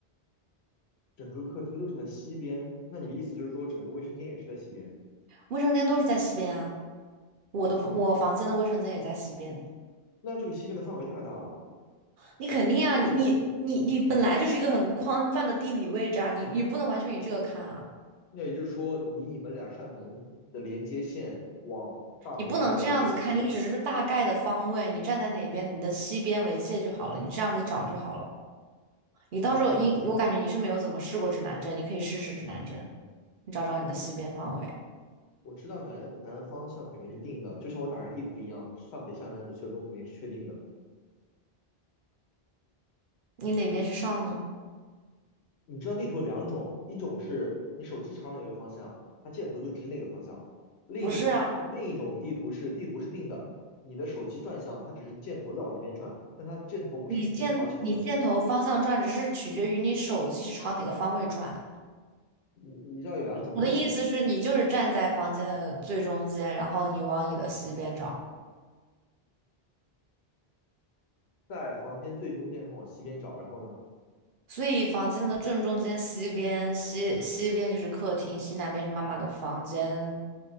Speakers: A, on the left; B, on the right.
A: 整个客厅都是在西边，那你的意思就是说整个卫生间也是在西边？
B: 卫生间都是在西边啊。我的我房间的卫生间也在西边，
A: 那这个西边的范围太大了，
B: 你肯定啊，你你你你本来就是一个很宽泛的地理位置啊，你你不能完全以这个看啊，
A: 那也就是说以你们两扇门的连接线往大门那边走都是西边。
B: 你不能这样子看，你只是大概的方位，你站在哪边，你的西边为界就好了，你这样子找就好了。你到时候，你我感觉你是没有怎么试过指南针，你可以试试指南针，你找找你的西边方位。
A: 我知道南南方向肯定是定的，就像我打开地图一样，上北下南左西右东肯定是确定的。
B: 你哪边是上呢？
A: 你知道地图有两种，一种是你手机朝哪个方向，它箭头就指哪个方向；另一个方另一种地图是地图是定的，
B: 不是啊，
A: 你的手机转向，它只是箭头在往那边转，但它箭头不是始终朝前的。
B: 你箭你箭头方向转，只是取决于你手机是朝哪个方位转。
A: 你你知道有两种，
B: 我的意思是，
A: 一种
B: 你就是站在房间的最中间，然后你往你的西边找。
A: 在房间最中间，然后往西边找，然后呢，
B: 所以房间的正中间，西边西西边就是客厅，西南边是妈妈的房间